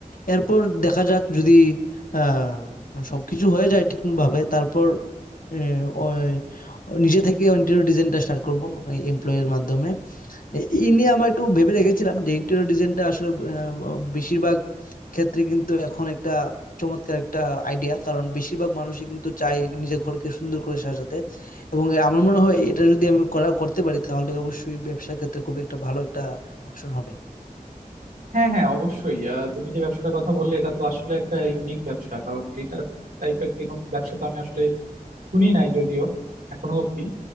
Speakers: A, on the left; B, on the right.
A: এরপর দেখা যাক যদি আ সবকিছু হয়ে যায় ঠিকভাবে তারপর এ ওই নিজে থেকে ইন্টেরিয়র ডিজাইনটা স্টার্ট করব এ এমপ্লয়ি এর মাধ্যমে। এ এই নিয়ে আমরা একটু ভেবে রেখেছিলাম যে ইন্টেরিয়র ডিজাইনটা আসলে আহ, বেশিরভাগ ক্ষেত্রে কিন্তু এখন একটা চমৎকার একটা আইডিয়া কারণ বেশিরভাগ মানুষই কিন্তু চায় নিজের ঘরকে সুন্দর করে সাজাতে এবং আমার মনে হয় এটা যদি আমি করা করতে পারি তাহলে অবশ্যই ব্যবসার ক্ষেত্রে খুব একটা ভালো একটা অপশন হবে
B: হ্যাঁ হ্যাঁ অবশ্যই আহ, তুমি যে ব্যবসাটার কথা বললে এটা তো আসলে একটা ইউনিক ব্যবসা কারণ এটা টাইপের কোনো ব্যবসা তো আমি আসলে শুনি নাই যদিও এখনো অব্দি